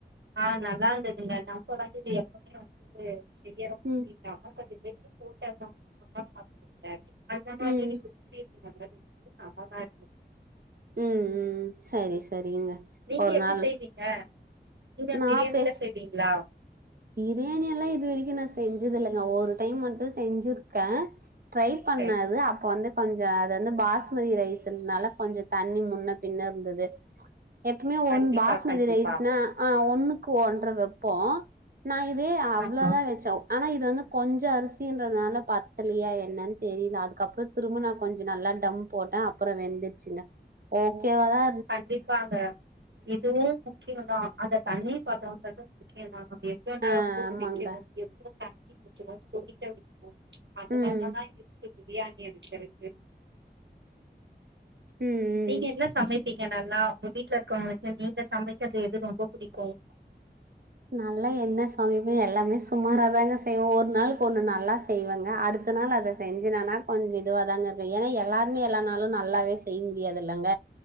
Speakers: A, on the right; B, on the right.
A: ஆ நல்லா இருந்ததுங்க நம்ப வந்து இங்க எப்பமே வந்து செய்யறோ
B: ம்
A: <unintelligible> போட்டா <unintelligible> அந்த மாரி
B: ம்.
A: இருக்கு <unintelligible>
B: ம் ம் சரி சரிங்க
A: நீங்க
B: ஒரு
A: எப்டி
B: நாள்
A: செய்வீங்க நீங்க
B: நான்
A: பிரியாணிலா
B: பெ
A: செய்வீங்ளா
B: பிரியாணி எல்லா இதுவெரிக்கு நான் செஞ்சது இல்லங்க ஒரு டைம் மட்டு செஞ்சிர்க்கே ட்ரை பண்ணது
A: சரி,
B: அப்போ வந்து கொஞ்ச அது வந்து பாஸ்மதி ரைஸ்ஸுன்னால கொஞ்ச தண்ணி முன்ன பின்ன இருந்தது எப்பமே
A: கண்டிப்பா
B: ஒன் பாஸ்மதி
A: கண்டிப்பா
B: ரைஸ்னா ஆ ஒன்னுக்கு ஒன்ற வெப்போ நா இதே அவ்ளோ
A: ஆமா
B: தா வெச்ச ஆனா இது வந்து கொஞ்ச அரிசின்றதுனால பத்தலையா என்னன்னு தெரில அதுக்கப்றோ திரும்ப நான் கொஞ்சம் நல்லா டம்ப் போட்டே அப்பறோ வெந்துச்சுங்க ஓகேவா தா
A: கண்டிப்பாங்க இதுவு முக் க்கியோ தா அந்த தண்ணி பதோம் <unintelligible>
B: ஆமாங்க. ம்.
A: <unintelligible>
B: ம் ம்.
A: நீங்க என்ன சமைப்பீங்க நல்லா உங்க வீட்ல இருக்குறவங்க வச்ச நீங்க சமைக்கிறது எது ரொம்ப புடிக்கும்
B: நல்லா என்ன சமைப்பே எல்லாமே சுமாராதாங்க செய்வ ஒரு நாள்க்கு ஒண்ணு நல்லா செய்வங்க அடுத்த நாள் அத செஞ்சுனானா கொஞ்ச இதுவாதாங்க இருக்கு ஏன்னா எல்லாருமே எல்லானாலு நல்லாவே செய்ய முடியாது இல்லங்க